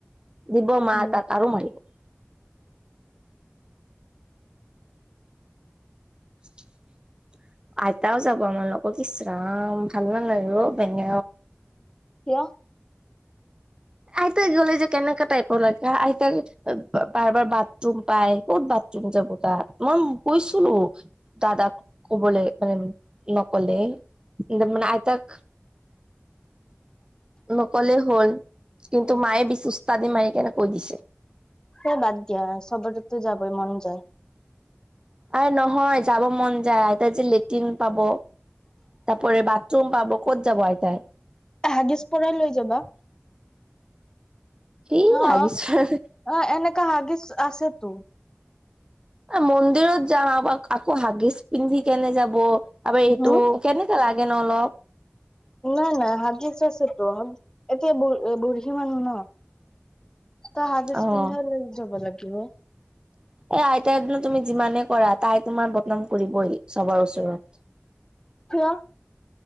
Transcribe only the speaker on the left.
উম,
কিয়?
সে বাদ দিয়া। সবৰ ততো যাবই মন যায়।
হাগিছ পৰাই লৈ যাবা।
অ', অ, এনেকা হাগিছ আছেতো।
হম,
নাই নাই হাগিচ আছেত'। এতিয়া বু বুঢ়ী মানুহ ন। তা হাগিছ
পিন্ধাই লৈ যাব লাগিব।
কিয়?